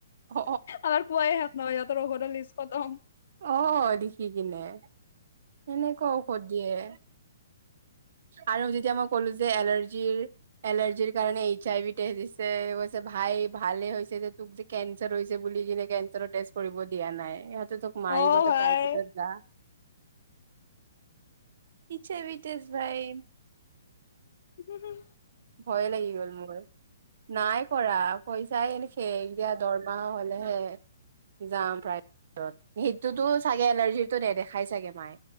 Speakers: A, on the right (about 55°); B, on the left (about 55°).
A: অ
B: আমাৰ কোৱাই শেষ নহয়, ইহঁতৰ ঔষধৰ লিষ্ট খতম।
A: অ' দেখি কিনে। সেনেকুৱা ঔষধ দিয়ে। আৰু যেতিয়া মই ক'লো যে এলাৰ্জিৰ এলাৰ্জিৰ কাৰণে এইচ আই ভি টেষ্ট দিছে। কৈছে, ভাই ভালে হৈছে যে তোক যে কেন <unintelligible> বুলি কিনে কেঞ্চাৰৰ টেষ্ট কৰিব দিয়া নাই ইহঁতে তোক মাৰিব
B: অ ভাই
A: প্ৰাইভেটত যা পিছে বিতেশ ভাই
B: হঁ-হঁ-হঁ।
A: ভয়ে লাগি গ'ল মোৰ। নাই কৰা। কৈছ যায় এ নেকে, এতিয়া দৰমাহা হলেহে যাম প্ৰায়ভেটত হেইটোতো চাগে এলাৰ্জিটো নেদেখাই চাগে মায়ে।